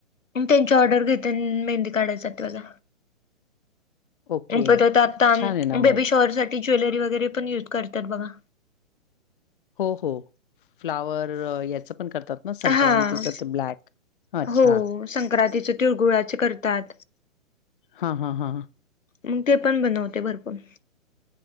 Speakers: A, on the left (about 80°); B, on the left (about 45°).
A: त्यांची ऑर्डर घेते मेंदी काढाय जाते बघा
B: ओके.
A: हो तर आता
B: छान आहे ना मग.
A: बेबी शॉवर साठी ज्वेलरी वगैरे पण युज करत्यात बघा
B: हो हो. फ्लावर याचं पण करतात ना संक्रांतीच
A: हा
B: त ब्लॅक. अच्छा.
A: हो संक्रांतीच तिळगुळाच करतात.
B: हां, हां, हां, हां
A: मग ते पण बनवते भरपूर